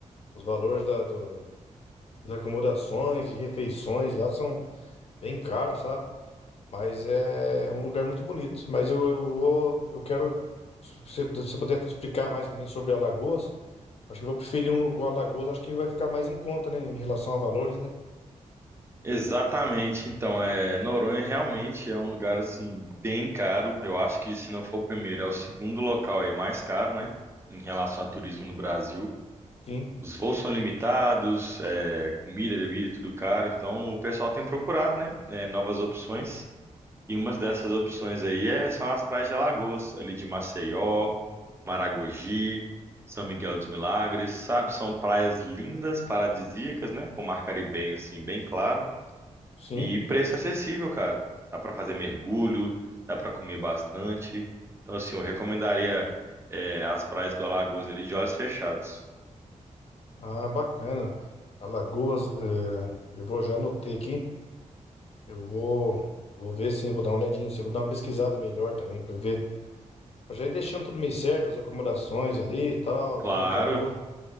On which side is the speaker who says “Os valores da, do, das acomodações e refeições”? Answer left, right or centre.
Left